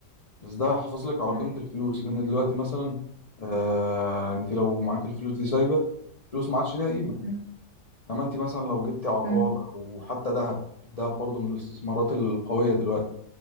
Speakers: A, on the left (about 40°); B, on the right (about 40°).
A: بس ده هيحافظ لك على
B: مم،
A: قيمه الفلوس لان دلوقتي مثلا آه، انت لو معاك الفلوس دي سايبه فلوس ما عادش ليها قيمه
B: مم،
A: انما انت مثلا لو جبتي عقار
B: مم،
A: او حتى ذهب الذهب برضه من الاستثمارات القويه دلوقتي